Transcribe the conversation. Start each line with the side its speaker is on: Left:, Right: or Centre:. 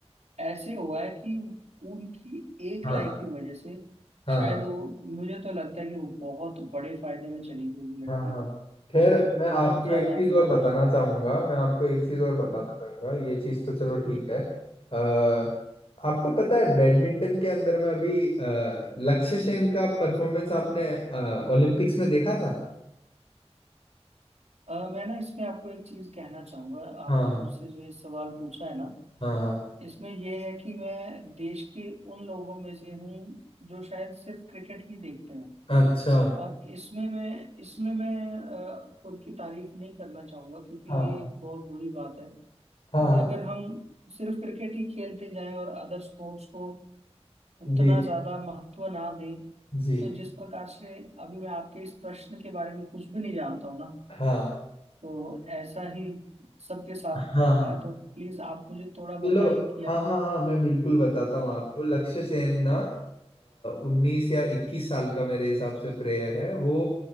Right: ऐसे हुआ है कि उनकी एक
Left: हाँ
Right: लाइक की वजह से
Left: हाँ
Right: शायद
Left: हाँ
Right: वो मुझे तो लगता है कि वो बहुत बड़े फायदे में चली गई वो लड़की
Left: हाँ हाँ खैर
Right: उसके
Left: मैं
Right: बहुत
Left: आपको
Right: ज्यादा
Left: एक चीज
Right: फॉलोअर्स
Left: और बताना
Right: हुआ
Left: चाहूंगा मैं आपको एक चीज और बताना
Right: हम्म,
Left: चाहूंगा ये चीज तो चलो ठीक
Right: हम्म।
Left: है आ, आपको पता है बैडमिंटन के अंदर में अभी अ, लक्ष्य सेन का परफॉर्मेंस आपने अ, ओलंपिक्स में देखा था
Right: अ, मैं ना इसमें आपको एक चीज कहना चाहूंगा आपने
Left: हाँ
Right: मुझसे जो ये सवाल पूछा है ना
Left: हाँ हाँ
Right: इसमें ये है कि मैं देश के उन लोगों में से हूँ जो शायद सिर्फ क्रिकेट ही देखते हैं
Left: अच्छा
Right: और इसमें मैं इसमें मैं अ, खुद की तारीफ नहीं करना चाहूंगा क्योंकि
Left: हाँ
Right: ये एक बहुत बुरी बात है क्योंकि
Left: हाँ हाँ
Right: अगर हम सिर्फ क्रिकेट ही खेलते जाएं और अदर स्पोर्ट्स को उतना
Left: जी
Right: ज्यादा महत्व ना दें
Left: जी
Right: तो जिस प्रकार से अभी मैं आपके इस प्रश्न के बारे में कुछ भी नहीं जानता हूं ना
Left: हाँ
Right: तो ऐसा ही सबके साथ
Left: हाँ
Right: होने वाला
Left: हाँ
Right: है तो प्लीज आप मुझे थोड़ा बताएं
Left: चलो
Right: कि आप
Left: हाँ हाँ हाँ मैं बिल्कुल बताता हूँ
Right: अ,
Left: आपको लक्ष्य सेन
Right: हम्म
Left: ना उन्नीस या इक्कीस साल का मेरे हिसाब से प्लेयर है वो